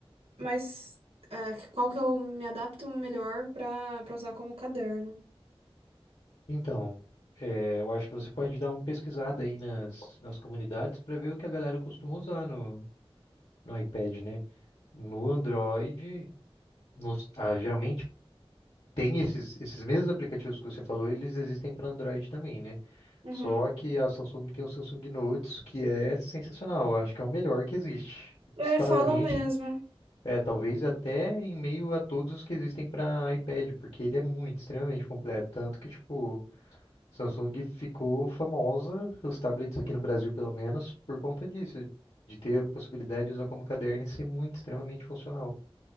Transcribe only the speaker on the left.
Então, é, eu acho que você pode dar uma pesquisada aí nas, nas comunidades para ver o que a galera costuma usar no, no iPad, né? No Android, nos, ah, geralmente tem esses, esses mesmos aplicativos que você falou, eles existem para Android também, né?
Só que a Samsung tem o Samsung Notes, que é sensacional. Eu Acho que é o melhor que existe.
Disparadamente,
é, talvez até em meio a todos os que existem para iPad, porque ele é muito, extremamente completo. Tanto que, tipo, Samsung ficou famosa, os tablets aqui no Brasil, pelo menos, por conta disso. De ter a possibilidade de usar como caderno e ser muito, extremamente funcional.